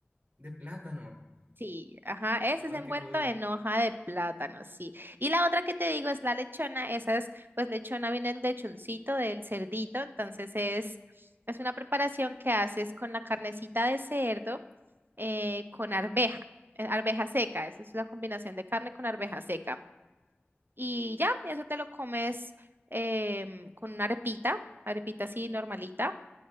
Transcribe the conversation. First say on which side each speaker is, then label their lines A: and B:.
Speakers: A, on the right (about 40°); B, on the right (about 55°).
A: de plátano.
B: Sí, ajá, ese
A: Ah,
B: es envuelto
A: qué cool.
B: en hoja de plátano, sí. Y la otra que te digo es la lechona, esa es, pues lechona viene el lechoncito del cerdito, entonces es, es una preparación que haces con la carnecita de cerdo eh, con arveja, eh, arveja seca, esa es la combinación de carne con arveja seca. Y ya, eso te lo comes em, con una arepita, arepita así normalita.